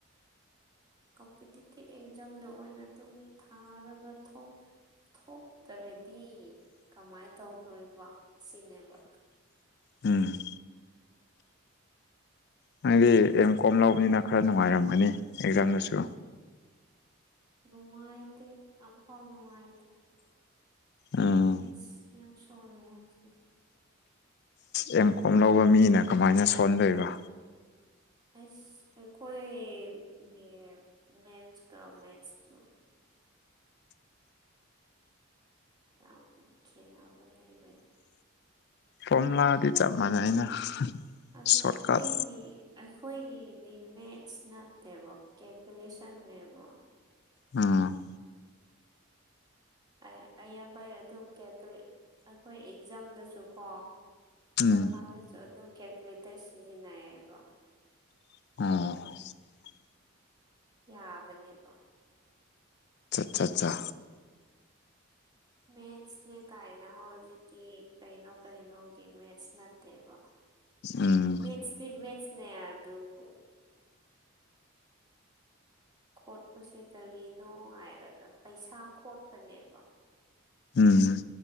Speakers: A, on the right (about 20°); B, on the left (about 50°).
A: ꯀꯝꯄꯤꯇꯤꯇꯤꯚ ꯑꯦꯛꯖꯥꯝꯗ‌ꯣ ꯑꯣꯏꯅ ꯗꯨꯝ ꯊꯥꯔꯒ ꯊ‌ꯣꯛ ꯊꯣꯛꯇꯔꯗꯤ ꯀꯃꯥꯏ ꯇꯧꯗꯣꯏꯕ ꯁꯤꯅꯦꯕ
B: ꯎꯝ ꯅꯪꯗꯤ ꯑꯦꯝ ꯀꯣꯝ ꯂꯧꯕꯅꯤꯅ ꯈꯔ ꯅꯨꯡꯉꯥꯏꯔꯝꯒꯅꯤ ꯑꯦꯛꯖꯥꯝꯗꯁꯨ
A: ꯅꯨꯉꯥꯏꯇꯦ ꯑꯝꯐꯧ ꯅꯨꯡꯉꯥꯏꯇ‌ꯦ
B: ꯎꯝ
A: ꯃꯦꯠꯁ ꯌꯥꯝ ꯁ‌ꯦꯜꯂ‌ꯦ ꯍꯥꯏꯁꯤꯟ
B: ꯑꯦꯝ ꯀꯣꯝ ꯂꯧꯕ ꯃꯤꯅ ꯀꯃꯥꯏꯅ ꯁꯣꯟꯗꯣꯏꯕ
A: ꯑꯁ ꯑꯩꯈꯣꯏꯒꯤ ꯃꯦꯠꯁꯀ ꯃꯦꯠꯁꯇꯨ ꯌꯥꯝꯅ ꯈꯦꯠꯅꯕ ꯂꯩꯕꯅꯦ
B: ꯐꯣꯝꯂꯗꯤ ꯆꯞ ꯃꯥꯟꯅꯩꯅ
A: ꯑꯗꯨ
B: ꯁꯣꯔꯠꯀꯠ
A: ꯑꯩꯈꯣꯏꯒꯤ ꯑꯩꯈꯣꯏꯒꯤꯗꯤ ꯃꯦꯠꯁ ꯅꯠꯇꯦꯕ ꯀꯦꯜꯀꯨꯂꯦꯁꯟꯅꯦꯕ
B: ꯎꯝ
A: ꯑ ꯑꯌꯥꯝꯕꯩ ꯑꯗꯨꯝ ꯀꯜꯀꯨꯂ‌ꯦꯠ ꯑꯩꯈꯣꯏ ꯑꯦꯛꯖꯥꯝꯗꯁꯨ ꯀꯣ
B: ꯎꯝ
A: ꯄꯔꯈꯥꯗꯁꯨ ꯑꯗꯨꯝ ꯀꯦꯀꯨꯂꯦꯇꯔ ꯁꯤꯖꯤꯟꯅꯩꯌꯦꯕ
B: ꯑ
A: ꯌꯥꯕꯅꯦꯕ
B: ꯆꯠ
A: ꯑꯗꯨꯒ
B: ꯆꯥ
A: ꯃꯦꯠꯁꯅꯦ ꯀꯥꯏꯅ ꯍꯧꯖꯤꯛꯀꯤ ꯀꯩꯅꯣ ꯀꯩꯅꯣꯒꯤ ꯃꯦꯠꯁ ꯅꯠꯇꯦꯕ
B: ꯎꯝ
A: ꯃꯦꯠꯁꯇꯤ ꯃꯦꯠꯁꯅꯦ ꯑꯗꯨꯕꯨ ꯈꯣꯠꯄꯁꯦ ꯀꯔꯤꯅꯣ ꯍꯥꯏꯔꯒ ꯄꯩꯁꯥ ꯈꯣꯠꯄꯅꯦꯕ
B: ꯎꯝ